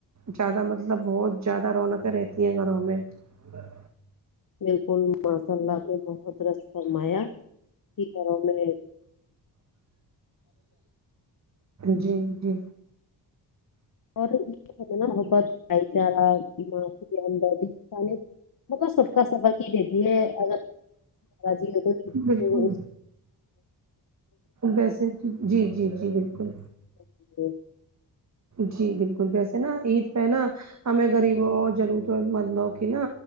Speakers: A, on the right (about 40°); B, on the left (about 50°).
A: زیادہ مطلب بہت زیادہ رونقیں رہتی ہیں گھروں میں اندر
B: بالکل ماشاء اللہ آپ نے بہت درست فرمایا کہ گھروں میں
A: جی جی
B: اور نا وہ محبت بھائی چارہ ایمانداری ہمدردی موقع سب کا سبق ہی دیتی ہے اگر راضی ہو تو
A: بالکل
B: اس
A: جیسے جی جی جی بالکل
B: <unintelligible>
A: جی بالکل ویسے نا عید پہ نا ہمیں غریبوں ضرورت مندوں کی نہ